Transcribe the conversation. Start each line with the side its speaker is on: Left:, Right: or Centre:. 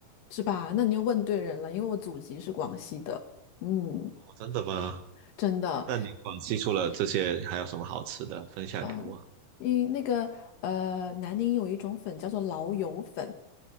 Left: 是吧？那你又问对人了，因为我祖籍是广西的。嗯，
Right: 哦，真的吗？
Left: 真的，
Right: 那你广西除了这些还有什么好吃的分享给我？
Left: 嗯、因为那个呃，南宁有一种粉叫做老友粉，